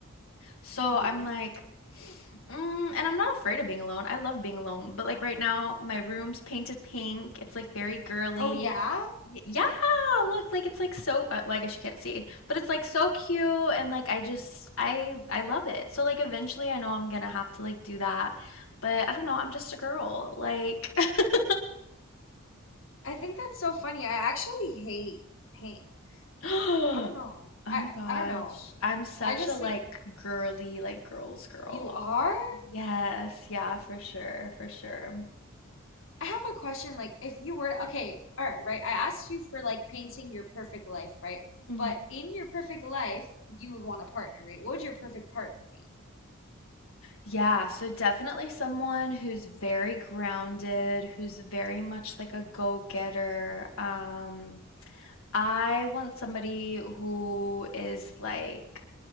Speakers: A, on the left; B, on the left.
A: So
B: hmm
A: I'm like, mm, and I'm not afraid of being alone. I love being alone. But like right now, my room's painted pink. It's like very girly.
B: Oh yeah?
A: Y- Yeah, look, like it's like so, uh, well, I guess you can't see, but it's like so cute. And like, I just, I, I love it. So like, eventually I know I'm gonna have to like do that. But I don't know, I'm just a girl. Like, <gasps>
B: I think that's so funny. I actually hate paint.
A: <laughs> oh
B: I don't know.
A: my
B: I
A: gosh,
B: I don't know.
A: I'm such
B: I just
A: a like
B: like
A: girly, like girls girl.
B: you are?
A: Yes, yeah, for sure, for sure.
B: I have a question like if you were to, okay, all right, right. I asked you for like painting your perfect life, right?
A: Mhm.
B: But in your perfect life, you would want a partner, right? What would your perfect partner be?
A: Yeah, so definitely someone who's very grounded, who's very much like a go-getter. Um, I want somebody who is like